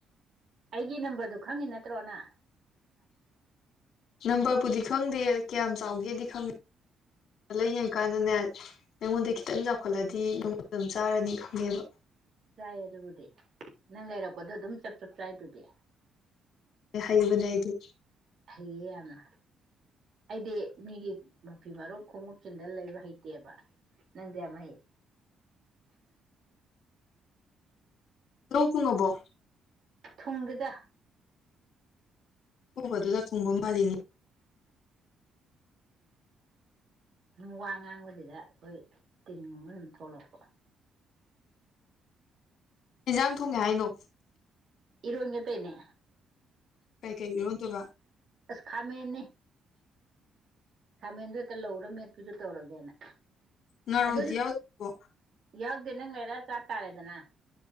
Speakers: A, on the right; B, on the left.
A: ꯑꯩꯒꯤ ꯅꯝꯕꯔꯗꯨ ꯈꯪꯉꯤ ꯅꯠ <unintelligible>
B: ꯅꯝꯕꯔꯕꯨꯗꯤ ꯈꯪꯗꯦ ꯀꯌꯥꯝ ꯆꯥꯎꯒꯦꯗꯤ ꯈꯪꯉꯤ ꯂꯩ ꯀꯥꯅꯅꯦ ꯑꯩꯉꯣꯟꯗꯩꯩ ꯈꯤꯇꯪ ꯆꯥꯎꯈꯠꯂꯗꯤ ꯅꯉꯣꯟꯗ ꯑꯗꯨꯝ ꯆꯥꯔꯅꯤ ꯈꯪꯉꯦꯕ꯫
A: ꯆꯥꯏ ꯑꯗꯨꯕꯨꯗꯤ ꯅꯪ ꯂꯩꯔꯛꯄꯗ ꯑꯗꯨꯝ ꯆꯞ ꯆꯞ ꯆꯥꯏꯗꯨꯗꯤ꯫
B: ꯍꯩꯕꯅꯦ ꯑꯩꯗꯤ
A: ꯍꯩꯌꯦ ꯌꯥꯝꯅ ꯑꯩꯗꯤ ꯃꯤꯒꯤ ꯃꯥꯊꯤ ꯃꯔꯔꯣ ꯈꯣꯡꯎꯞ ꯆꯟꯗ ꯂꯩꯕ ꯍꯩꯇꯦꯕ ꯅꯪꯗꯤ ꯌꯥꯝ ꯍꯩ
B: ꯇꯣ ꯐꯉꯕꯣ
A: ꯊꯨꯡꯗ
B: ꯍꯣꯕꯗꯨ ꯆꯥꯛ ꯊꯨꯡꯕ ꯃꯥꯜꯂꯤꯅꯤ
A: ꯁꯨꯝ ꯋꯥ ꯉꯥꯡꯕꯁꯤꯗ ꯑꯩꯈꯣꯏ ꯇꯤꯟꯒꯨꯝꯕ ꯑꯗꯨꯝ ꯊꯣꯛꯂꯛꯄ
B: ꯏꯟꯖꯥꯡ ꯊꯣꯡꯉꯦ ꯍꯥꯏꯅꯣ
A: ꯏ ꯑꯣꯏ ꯉ ꯇꯩꯅ
B: ꯀꯥꯏ ꯀꯥꯏ ꯌꯎꯗ ꯋꯥ
A: ꯑꯁ ꯈꯥꯃꯦꯟꯅꯤ ꯈꯥꯃꯦꯟꯗꯨꯣ ꯍꯦꯛꯇ ꯂꯧꯔꯝꯃꯦ ꯀꯤꯔꯤ ꯇꯧꯔꯣꯒꯦꯅꯦ
B: ꯉꯥꯔꯧꯗꯤ
A: ꯑꯗꯨ
B: ꯌꯥꯎꯗꯕꯣ
A: ꯌꯥꯎꯗꯦ ꯅꯪ ꯂꯩꯔ ꯆꯥ ꯇꯥꯔꯦꯗꯅ